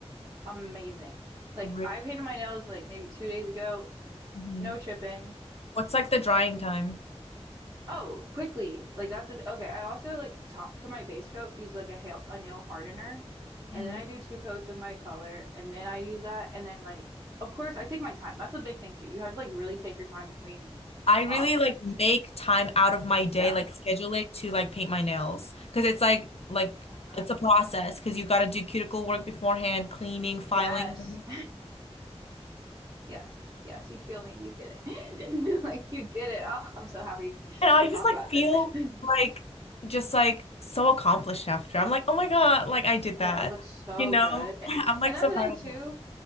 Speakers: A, on the right (about 40°); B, on the left (about 65°).
A: Amazing. Like
B: Ri-
A: I painted my nails like maybe two days ago.
B: Mhm.
A: No chipping.
B: What's like the drying time?
A: Oh, quickly. Like that's the th okay. I also like top for my base coat use like a hail a nail hardener,
B: Mhm.
A: and then I do two coats of my color, and then I use that, and then like of course I take my time. That's a big thing too. You have to like really take your time between
B: I really
A: um
B: like make time out of my day,
A: yeah.
B: like schedule it to like paint my nails because it's like like
A: hmm
B: it's a process because you got to do cuticle work beforehand, cleaning, filing.
A: Yes. <laughs> Yes. Yes, you feel me. You get it. <laughs> Like you get it. Oh, I'm so happy
B: And I
A: we talk
B: just like
A: about
B: feel
A: this. <laughs>
B: like just like so accomplished after. I'm like, oh my God, like I did
A: Okay,
B: that.
A: it looks so
B: You know,
A: good.
B: <laughs>
A: A-
B: I'm like
A: And that's
B: so
A: the
B: proud
A: thing
B: of
A: too.
B: me.